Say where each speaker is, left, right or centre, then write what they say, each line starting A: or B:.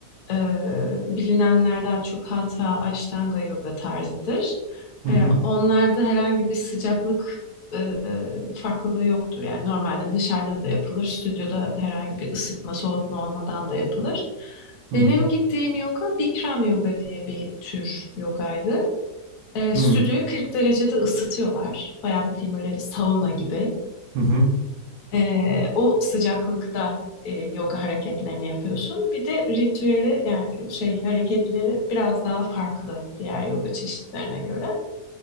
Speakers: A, on the left (about 60°); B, on the right (about 80°).
A: E, bilinenler daha çok Hatha, Ashtanga yoga tarzıdır.
B: Hı
A: E,
B: hı.
A: onlarda herhangi bir sıcaklık e, farklılığı yoktur. Yani normalde dışarıda da yapılır, stüdyoda herhangi bir ısıtma, soğutma olmadan da yapılır.
B: Hı
A: Benim
B: hı.
A: gittiğim yoga Bikram yoga diye bir tür yogaydı. E,
B: Hı
A: stüdyoyu 40 derecede ısıtıyorlar. Bayağı bildiğim böyle sauna gibi.
B: hı. hı.
A: E, o sıcaklıkta e, yoga hareketlerini yapıyorsun. Bir de ritüeli yani e, şey hareketleri biraz daha farklı diğer yoga çeşitlerine göre.